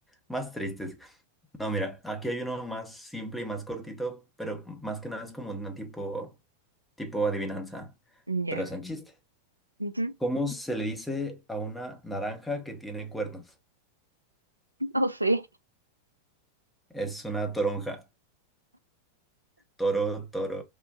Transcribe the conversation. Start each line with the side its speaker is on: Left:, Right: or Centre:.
Centre: más tristes. No, mira, aquí hay uno más simple y más cortito, pero más que nada es como una tipo, tipo adivinanza,
Right: Ya.
Centre: pero es un chiste.
Right: Ujú.
Centre: ¿Cómo se le dice a una naranja que tiene cuernos?
Right: No sé.
Centre: Es una toronja. Toro, toro,